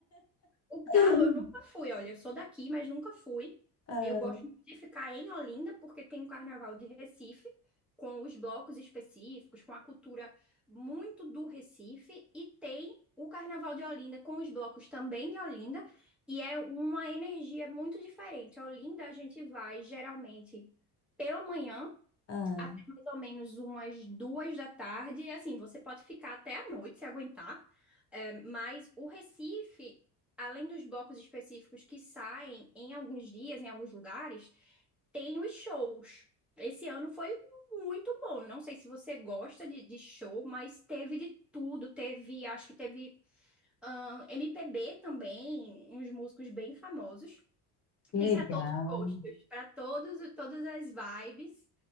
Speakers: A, in the centre; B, on the left.
A: o
B: <laughs>
A: Galo eu nunca fui, olha, eu sou daqui, mas nunca fui.
B: Ah,
A: Eu gosto muito de ficar em Olinda, porque tem um carnaval de Recife, com os blocos específicos, com a cultura muito do Recife, e tem o carnaval de Olinda com os blocos também de Olinda, e é uma energia muito diferente. A Olinda a gente vai geralmente pela manhã
B: ah,
A: até mais ou menos umas duas da tarde. E assim, você pode ficar até a noite se aguentar. É, mas o Recife, além dos blocos específicos que saem em alguns dias, em alguns lugares, tem os shows. Esse ano foi muito bom. Não sei se você gosta de, de show, mas teve de tudo. Teve, acho que teve, ahn, MPB também, uns músicos bem famosos. Tem
B: legal.
A: para todos os gostos, para todos, todas as vibes.